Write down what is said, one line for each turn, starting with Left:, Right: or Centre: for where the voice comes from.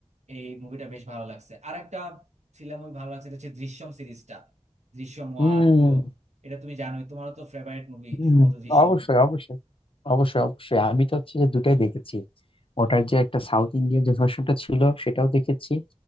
Right: এই মুভিটা বেশ ভালো লাগছে আর একটা থ্রিলার মুভি ভালো লাগছে এটা হচ্ছে দৃশ্যম সিরিজটা দৃশ্যম ওয়ান
Left: হম
Right: টু এটা তুমি জানোই তোমারও তো ফেভারিট মুভি
Left: হম
Right: সম্ভবত দৃশ্যম
Left: অবশ্যই অবশ্যই অবশ্যই অবশ্যই আমি তো হচ্ছে যে দুটাই দেখেছি ওটার যে একটা সাউথ ইন্ডিয়ান যে ভার্সনটা ছিল সেটাও দেখেছি